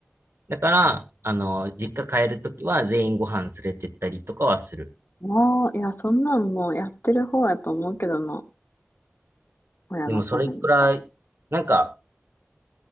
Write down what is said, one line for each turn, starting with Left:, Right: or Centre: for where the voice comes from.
Right: ん。だから、あの、実家帰るときは全員ご飯連れてったりとかはする。
Left: もう、いや、そんなんもうやってる方やと思うけどな。親のために。
Right: でもそれくらい、なんか